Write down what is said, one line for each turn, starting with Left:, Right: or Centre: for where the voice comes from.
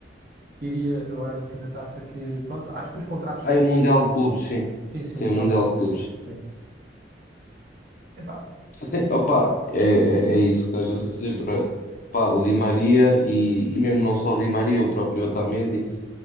Right: iria agora no fim da taça que, pronto, acho que os contratos...
Left: Ah,
Right: tre-
Left: e o Mundial de Clubes, sim.
Right: Sim, sim,
Left: Sim,
Right: o Mundial
Left: o Mundial
Right: de Clubes.
Left: de Clubes.
Right: Sim. Epá,
Left: Sim, Opa, é, é, é isso que estás a dizer. pra- Pá, o Di Maria e, e mesmo não só o Di Maria, o próprio Otamendi,